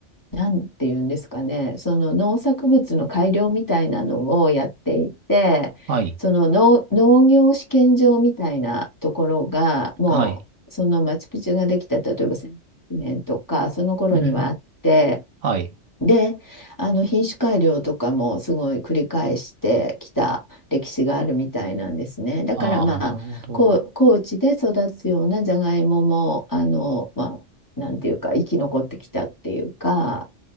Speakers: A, on the left; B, on the right.
A: なんていうんですかね、その農作物の改良みたいなのをやっていて、
B: はい。
A: その農、農業試験場みたいなところが、もうそのマチュピチュができた、
B: はい。
A: 例えば1 0 0年とか、その頃にはあって、
B: うん。はい。
A: で、あの品種改良とかもすごい繰り返してきた歴史があるみたいなんですね。だからまあ、
B: ああ、なるほど。
A: こう高地で育つようなじゃがいもも、あの、まあ、なんていうか生き残ってきたっていうか